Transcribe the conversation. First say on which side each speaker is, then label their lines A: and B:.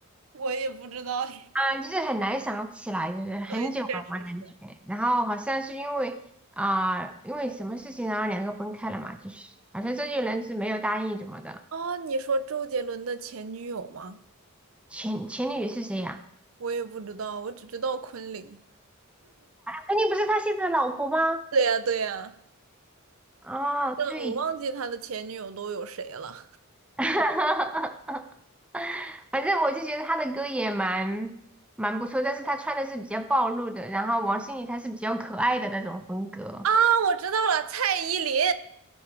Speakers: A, on the right (about 70°); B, in the centre.
A: 我也不知道。<laughs>
B: 啊，就是很难想起来，就是很久了嘛感觉。
A: 对，确实是。
B: 然后好像是因为啊、因为什么事情，然后两个分开了嘛，就是好像周杰伦是没有答应什么的。
A: 哦，你说周杰伦的前女友吗？
B: 前前女友是谁呀、
A: 我也不知道，我只知道昆凌。
B: 肯定不是他现在的老婆吗？
A: 对呀，对呀，
B: 哦，
A: 真的我忘记他的前女友都有谁了。
B: 对。<laughs> <laughs> 反正我就觉得他的歌也蛮蛮不错，但是他穿的是比较暴露的，然后王心凌她是比较可爱的那种风格。
A: 啊，我知道了，蔡依林。